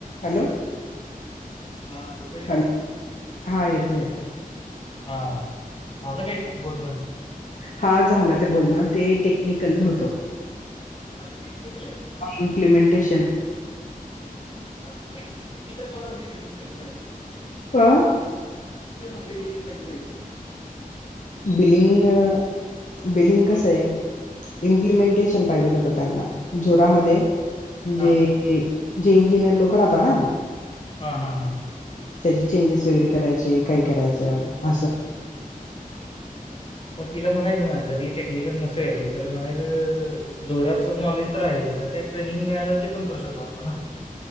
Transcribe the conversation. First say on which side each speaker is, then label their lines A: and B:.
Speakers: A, on the left; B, on the left.
A: Hello.
B: हा येतोय काय
A: हॅलो.
B: आवाज
A: हा, येतोयं-येतोयं.
B: हा, झालं काय इथलं बोलणं?
A: हा, झालं ते बोलणं. ते टेक्निकल होतं.
B: आज टेक्निकल आहे.
A: इम्प्लीमेंटेशन.
B: अच्छा, तर ति तर मला म्हणे, बिलींग कसं करायचं?
A: आ.
B: म्हणजे बिलिंगसाठी पाहिजे.
A: बिलिंग-बिलिंग
B: हा
A: कसं आहे. इम्प्लिमेंटेशन पाहिजेल होत त्यांना, जोरामध्ये. जे
B: हा.
A: जे इंजिनियर लोक राहता ना
B: हा-हा, हा.
A: त्याचे चेंजेस वगैरे करायचे, काही करायचं असं.
B: पण तिला म्हणायचं ना, जरी टेक्निकल नसेल तर म्हणायचं. जोराच नॉलेज तर आहे, तर काही ट्रेनिंग मिळालं, ते पण करू शकला असतो ना?